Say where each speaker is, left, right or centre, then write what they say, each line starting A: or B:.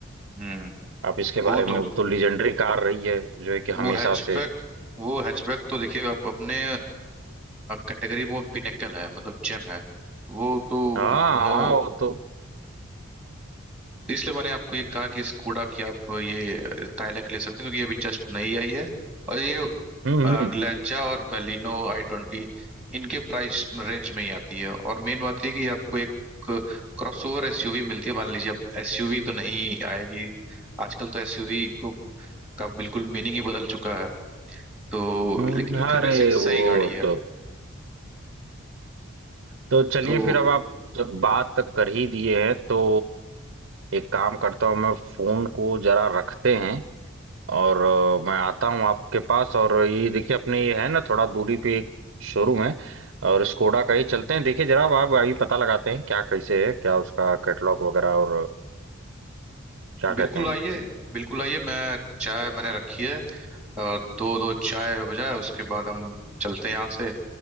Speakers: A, in the centre; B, on the right.
A: हम्म
B: आप इसके बारे
A: वो
B: में
A: तो
B: वो तो लीजेंडरी कार रही है जो है कि हमेशा
A: वो हैचबैक
B: से
A: वो हैचबैक तो देखिए आप अपने कैटेगरी में पिनेकल है मतलब जेम है वो तो
B: हाँ
A: नो
B: हाँ वो तो
A: तो इसलिए मैंने आपको ये कहा कि इस कूड़ा की आप ये काइलैक ले सकते हैं क्योंकि ये अभी जस्ट नई आई है और ये
B: हम्म हम्म
A: ग्लेंजा और बेलिनो आई ट्वेंटी इनके प्राइस रेंज में ही आती है और मेन बात ये है कि ये आपको एक क्रॉसओवर एसयूवी मिलती है मान लीजिए अब एसयूवी तो नहीं आएगी आजकल तो एसयूवी को का बिल्कुल मीनिंग ही बदल चुका है तो
B: हम्म,
A: लेकिन
B: अरे
A: फिर भी सिक्स
B: वो
A: सही गाड़ी है
B: तो तो चलिए
A: तो
B: फिर अब आप जब बात कर ही दिए हैं तो एक काम करता हूँ मैं फोन को जरा रखते हैं और अ, मैं आता हूँ आपके पास और ये देखिए अपने ये है ना थोड़ा दूरी पे एक शोरूम है और स्कोडा का ही चलते हैं देखिए जरा अब आप आइए पता लगाते हैं क्या कैसे है क्या उसका कैटलॉग वगैरह और क्या
A: बिल्कुल
B: कहते हैं
A: आइए बिल्कुल आइए मैं चाय मैंने रखी है और दो दो चाय हो जाए उसके बाद हम चलते हैं यहाँ से